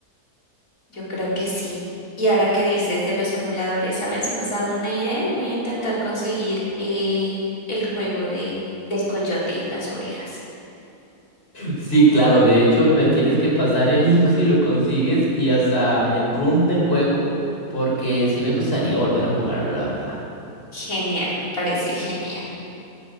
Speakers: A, on the left (about 55°); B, on the left (about 35°).
A: Yo creo que sí. Y ahora que dices de los emuladores, ¿sabes? Me has dado una idea y voy a intentar conseguir eh, el juego de, del coyote y las ovejas.
B: Sí, claro, de hecho, me tienes que pasar el link <laughs> si lo consigues y hasta el room del juego, porque sí me gustaría volver a jugarlo, la verdad.
A: Genial, me parece genial.